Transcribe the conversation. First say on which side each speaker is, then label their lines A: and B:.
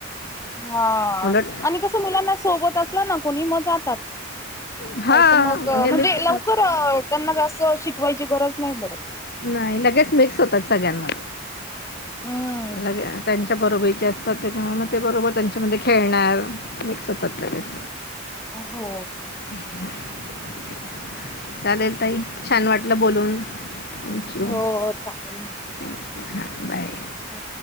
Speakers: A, on the left; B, on the left.
A: हा,
B: उलट
A: आणि कसं मुलांना सोबत असल ना कोणी मग जातात.
B: हां
A: नाही तर मग, म्हणजे
B: मिक्स
A: लवकर त्यांना जास्त शिकवायची गरज नाही पडत.
B: नाही लगेच मिक्स होतात सगळ्यांमध्ये.
A: हम्म
B: लगे- त्यांच्या बरोबरीचे असतात त्याच्यामुळे मग ते बरोबर त्यांच्यामध्ये खेळणार मिक्स होतात लगेच.
A: अ हो
B: ते ते चालेल ताई छान वाटलं बोलून. थँक्यू
A: हो हो, चालेल.
B: थँक्यू हां बाय
A: हो